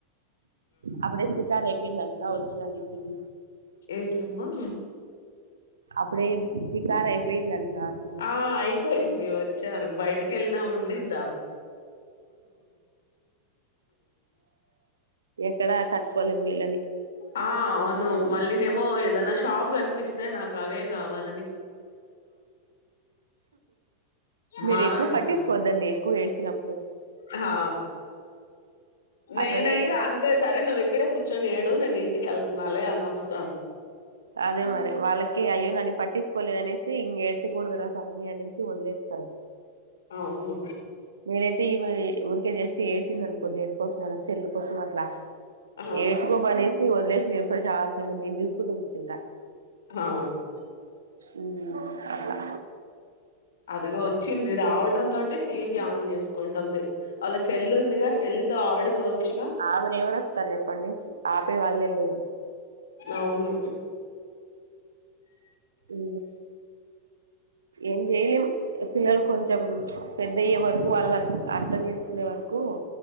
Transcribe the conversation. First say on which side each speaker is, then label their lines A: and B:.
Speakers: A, on the right; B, on the left.
A: అప్పుడే షికార్ అయిపోయిందంటనా వచ్చినారు ఇంటికి
B: ఏంటమ్మా
A: అప్పుడే శికారయిపోయి అంత
B: ఆ అయిపోయింది వచ్చారు బయటకి ఎల్ నా ఉండద్దా
A: ఇక్కడ కట్టుకోలేి వీళ్ళని
B: ఆ అవును మళ్ళీనేమో ఏదనా షాప్ కనిపిస్తే నాకు అవే కావాల
A: మీరు
B: మారాన్
A: ఎక్కువ పట్టించకోద్దండి
B: చేస్తా
A: ఎక్కువ ఏడ్చినప్పుడు
B: ఆ నేనైతే
A: అట్లనే
B: అంతే సరే నువ్వు ఇక్కడే కూర్చొని ఏడు నేను ఇంటికి వెళ్తున్నాాలే అని వస్తంది
A: అదే మరి వాళ్ళకి అయ్యో నన్నని పట్టించుకోలేదనేసి ఇంక ఏడ్చకూడదు స్మి అనేసి వదిలేస్తారుా
B: ఆవును
A: మీేనైతే ఇ రికే చేస్తే ఏడ్చింది అనుకో దేకోసం అనెల్ కోసం అట్లా
B: ఆ
A: ఏడ్చుకో పనేసి వదిలేసి నేను ప్రశాంతంగా నేను చూసుకుంటూ కూర్చుంటా
B: ఆ
A: ఉ అప్పలా
B: అదిగ వచ్చింది రావట తో టీవీ ఆన్ చేసుకుంటుంది వాళ్ళ చెల్లు ఉందిగా చెల్లితో ఆడుకోవచ్చుగా
A: ఆమెను ఎవరేపుతారు చెప్పండి ఆపే వాళ్ళే లేరు
B: అవును
A: ఉ ఎం జలుం పిల్లలు కొంచెం పెద్దయ్యే వరకు వాళ్ళ అర్థం చేసుకునే వరకు